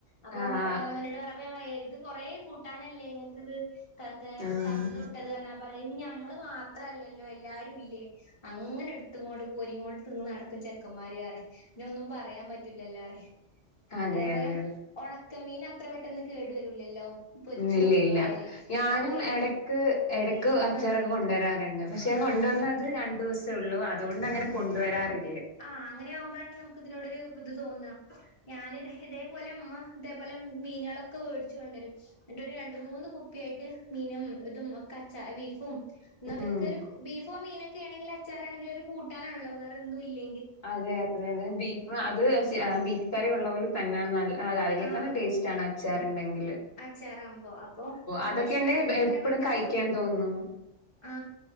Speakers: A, on the left; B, on the left.
A: അപ്പൊ
B: ആഹ്
A: ഓൻ പറയ വല്ല്യതാണ് ഞാൻ പറയേ ഇത് കൊറ കൂട്ടാനല്ലേ ങ്ങക്കിത് ത തേ
B: ആഹ്
A: തന്നത് വിട്ടത് തന്നേ പറയ് ഇഞ്ഞി ഞമ്മള് മാത്രല്ലല്ലോ അയി എല്ലാരും ഇല്ലേ അങ്ങനെ എടുത്ത് കോട് കോരിങ്ങോണ്ട് തിന്ന് നടക്കും ചെക്കന്മാര് അറിം ഇഞ്ഞ് ഒന്നും പറയാൻ പറ്റൂല്ലല്ലോ അറിം
B: അതെ
A: അയപ്പോയ
B: അതെ അതെ
A: ഓട ക മീന അത്ര പെട്ടെന്ന് കേടു വരൂലല്ലോ പൊരിച്ചു
B: ഉ ഇല്ല
A: കൊണ്ടുപോയാല്
B: ഇല്ല ഞാനും
A: അപ്പൊ ഈ
B: എടക്ക് എട ക്ക്‌ അച്ചാറൊക്ക
A: ആഹ്
B: കൊണ്ടുവരാറുണ്ട് പക്ഷെ കൊണ്ടുവന്നത്
A: ആഹ്
B: രണ്ടൂസം ഒള്ളൂ അതോണ്ട അങ്ങനെ കൊണ്ടുവരാറി
A: ആ അങ്ങനെ ആവുമ്പോഴാണ് നമുക്ക് ഇതിനോടൊരു ഇത് തോന്ന ഞൻ ഇത് ഇതേപോലെ ഉമ്മ ഇതേപോലെ മീനളൊക്കെ വേടിച്ചു കൊണ്ടരും എന്നിട്ടരു രണ്ട് മൂന്ന് കുപ്പിയായിട്ട് മീനും ഇതും ഒക്ക അച്ച ബീഫും ന്ന അവര്
B: ഉം
A: കേര് ബീഫോ മീനൊ കേണെങ്കിലച്ചാറാണങ്കിലും ഒരു കൂട്ടാനാണല്ലോ വേറെ എന്തും ഇല്ല
B: അതെ അതെ അതെ ബീഫ് അത് സി
A: ആഹ്
B: ബീഫ് കറി ഉള്ള പോലെ തന്നെയാണ് നല്ല അ അതിനേകാളും
A: ആഹ്
B: ടേസ്റ്റ് ആണ് ആ അച്ചാറ്ണ്ടെങ്കി
A: അച്ചാറാവുമ്പോ അപ്പൊ
B: അതൊക്കെ
A: പക്ഷെ
B: ഉണ്ടെങ്കിൽ
A: ഇത് ഇങ്ങനെ
B: എപ്പഴും
A: പെട്ടന്ന്
B: കഴിക്കാൻ
A: തീർക്കും
B: തോന്നും
A: ആ